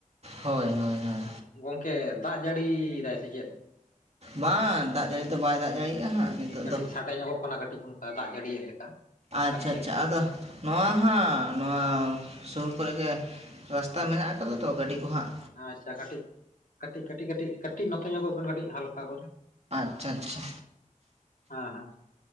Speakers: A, on the right (about 50°); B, on the left (about 75°).
A: ᱦᱳᱭ, ᱦᱳᱭ, ᱦᱳᱭ᱾
B: ᱜᱚᱝᱠᱮ ᱫᱟᱜ ᱡᱟᱹᱲᱤᱭ ᱫᱟᱭ ᱥᱮ ᱪᱮᱫ?
A: ᱵᱟᱝ ᱫᱟᱜ ᱡᱟᱹᱲᱤ ᱫᱚ ᱵᱟᱭ ᱫᱟᱜ ᱡᱟᱹᱲᱤᱭᱮᱜᱼᱟ ᱦᱟᱸᱜ ᱱᱤᱛᱳᱜ
B: ᱠᱟᱹᱴᱤᱡ
A: ᱫᱚ
B: ᱥᱟᱰᱮ ᱧᱚᱜᱚᱜ ᱠᱟᱱᱟ ᱠᱟᱹᱴᱤᱡ ᱚᱱᱠᱟ ᱫᱟᱜ ᱡᱟᱹᱲᱤᱭᱮᱜ ᱞᱮᱠᱟ᱾
A: ᱟᱪᱪᱷᱟ
B: ᱟᱨ ᱪᱮᱫ
A: ᱟᱪᱪᱷᱟ᱾ ᱟᱫᱚ ᱱᱚᱶᱟ ᱦᱟᱸᱜ ᱱᱚᱶᱟ ᱥᱩᱨ ᱠᱚᱨᱮᱜ ᱜᱮ ᱨᱟᱥᱛᱟ ᱢᱮᱱᱟᱜ ᱟᱠᱟᱫᱟ ᱛᱚ ᱜᱟᱹᱰᱤ ᱠᱚᱦᱟᱸᱜ
B: ᱟᱪᱪᱷᱟ ᱠᱟᱹᱴᱤᱡ ᱠᱟᱹᱴᱤᱡ ᱠᱟᱹᱴᱤᱡ ᱠᱟᱹᱴᱤᱡ ᱠᱟᱹᱴᱤᱡ ᱱᱚᱛᱚ ᱧᱚᱜᱚᱜ ᱵᱮᱱ ᱠᱟᱹᱴᱤᱡ ᱦᱟᱞᱠᱟ ᱠᱚᱨᱮ᱾
A: ᱟᱪᱪᱷᱟ ᱟᱪᱪᱷᱟ᱾
B: ᱦᱮᱸᱼᱦᱮᱸ,